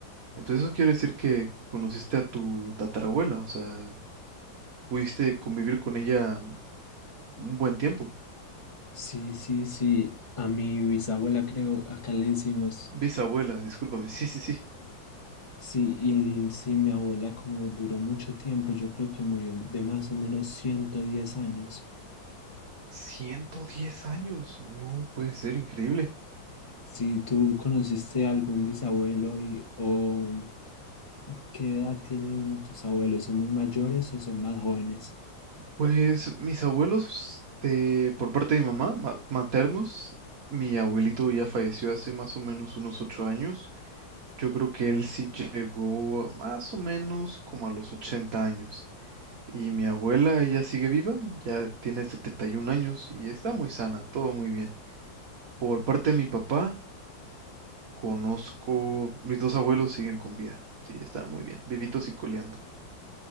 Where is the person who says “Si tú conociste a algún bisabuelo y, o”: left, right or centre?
Left